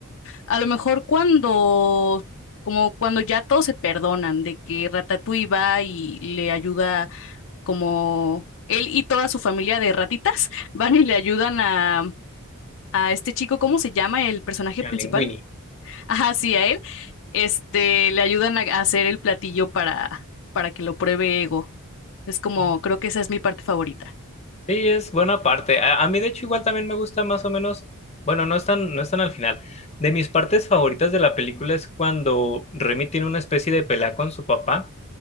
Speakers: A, on the left (about 60°); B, on the left (about 30°).
A: a lo mejor cuando... Como cuando ya todos se perdonan de que Ratatouille va y le ayuda como él y toda su familia de ratitas <laughs> van y le ayudan a, a este chico, ¿cómo se llama el personaje
B: La
A: principal?
B: Linguini.
A: Ajá, sí, a él. Este, le ayudan a a hacer el platillo para, para que lo pruebe Ego. Es como,
B: Mm.
A: creo que esa es mi parte favorita.
B: Sí, es buena parte. A, a mí, de hecho, igual también me gusta más o menos, bueno, no están, no están al final. De mis partes favoritas de la película es cuando Remy tiene una especie de pelea con su papá